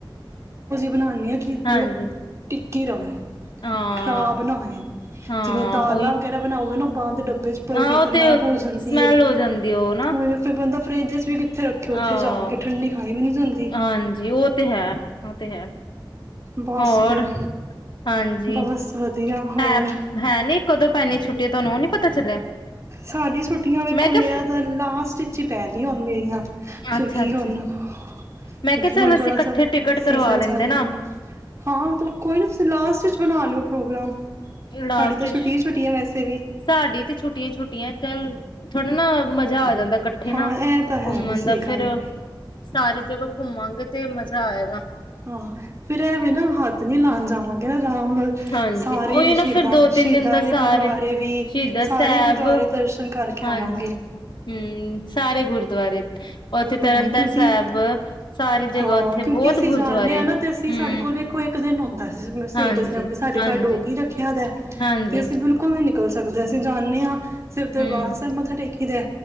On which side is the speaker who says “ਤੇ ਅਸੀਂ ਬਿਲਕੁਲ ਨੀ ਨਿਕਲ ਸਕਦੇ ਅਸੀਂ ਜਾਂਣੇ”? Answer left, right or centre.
Right